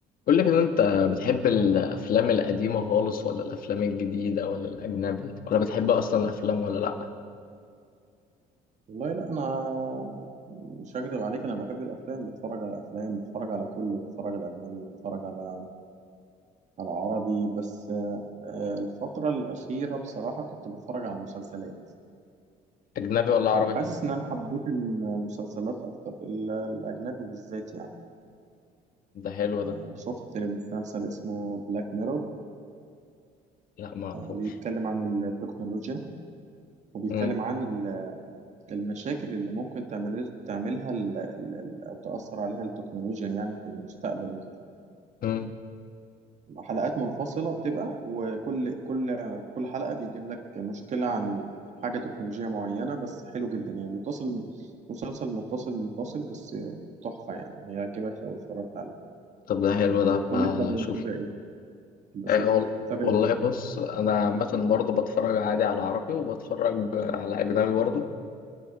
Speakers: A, on the left (about 55°); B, on the right (about 45°).
A: قول لك ان انت بتحب الافلام القديمه خالص ولا الافلام الجديده ولا الاجنبي ولا بتحب اصلا الافلام ولا لا
B: والله لا انا مش هكدب عليك انا بحب الافلام بتفرج على افلام بتفرج على كله بتفرج على اجنبي بتفرج على على عربي بس آه، الفتره الاخيره بصراحه كنت بتفرج على مسلسلات
A: اجنبي ولا
B: فحاسس
A: عربي
B: ان انا حبيت المسلسلات اكتر ال- الاجنبي بالذات يعني
A: ده حلو
B: آه،
A: ده
B: شفت مسلسل اسمه بلاك ميرور
A: لا ما اعرفوش
B: بيتكلم عن التكنولوجيا وبيتكلم
A: امم
B: عن ال- المشاكل اللي ممكن تعمل تعملها ال- ال- ال- او تاثر عليها التكنولوجيا يعني في المستقبل وكده
A: أمم.
B: حلقات منفصلة بتبقى وكل كل كل حلقة بيجيب لك مشكلة عن حاجة تكنولوجية معينة بس حلو جدا يعني متصل مسلسل متصل منفصل بس تحفة يعني هيعجبك لو اتفرجت عليه
A: طب ده حلو ده هبقى
B: قول لي انت متابع
A: اشوف
B: ايه بشوف
A: أه وال-
B: متابع
A: والله
B: ايه انت
A: بص انا عامه برضه بتفرج عادي على عربي وبتفرج على اجنبي برضه